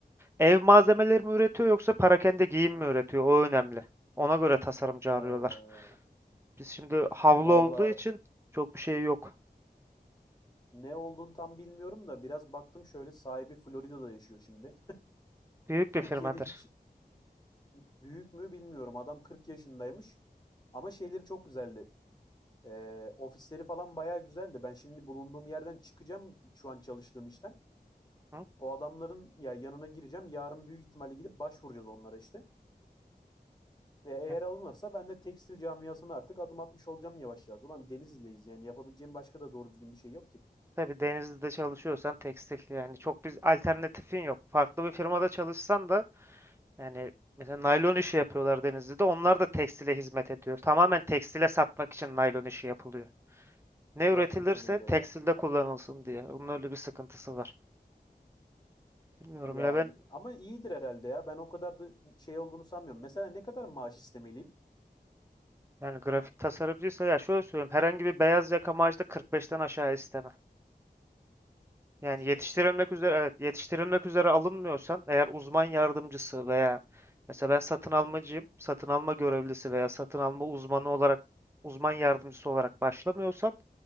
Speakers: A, on the right; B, on the left.
A: Ev malzemeleri mi üretiyor yoksa perakende giyim mi üretiyor? O önemli. Ona göre tasarımcı
B: Ee,
A: arıyorlar. Biz şimdi havlu
B: valla
A: olduğu için çok bir şey yok.
B: ne olduğunu tam bilmiyorum da biraz baktım şöyle sahibi Florida'da yaşıyor şimdi.
A: Büyük bir
B: <laughs> Türkiye'de
A: firmadır.
B: hiç Büyük mü bilmiyorum. Adam 40 yaşındaymış. Ama şeyleri çok güzeldi. Ee, ofisleri falan bayağı güzeldi. Ben şimdi bulunduğum yerden çıkacağım şu an çalıştığım işten.
A: Hı?
B: O adamların ya yanına gireceğim. Yarın büyük ihtimalle gidip başvuracağız onlara işte. E, eğer
A: Yani
B: alınırsa ben de tekstil camiasına artık adım atmış olacağım yavaş yavaş. Ulan Denizli'deyiz yani yapabileceğim başka da doğru düzgün bir şey yok ki.
A: Tabii Denizli'de çalışıyorsan tekstil yani çok bir alternatifin yok. Farklı bir firmada çalışsan da Yani mesela naylon işi yapıyorlar Denizli'de. Onlar da tekstile hizmet ediyor. Tamamen tekstile satmak için naylon işi yapılıyor. Ne
B: Gerçekten
A: üretilirse
B: öyle
A: tekstilde
B: ya.
A: kullanılsın diye. Bunun öyle bir sıkıntısı var. Bilmiyorum
B: Ya
A: ya ben
B: ama iyidir herhalde ya. Ben o kadar da şey olduğunu sanmıyorum. Mesela ne kadar maaş istemeliyim?
A: yani grafik tasarımcıysa ya şöyle söyleyeyim. Herhangi bir beyaz yaka maaşı da 45'ten aşağı isteme. Yani
B: Ciddi
A: yetiştirilmek
B: mi?
A: üzere evet yetiştirilmek üzere alınmıyorsan eğer uzman yardımcısı veya mesela ben satın almacıyım, satın alma görevlisi veya satın alma uzmanı olarak uzman yardımcısı olarak başlamıyorsam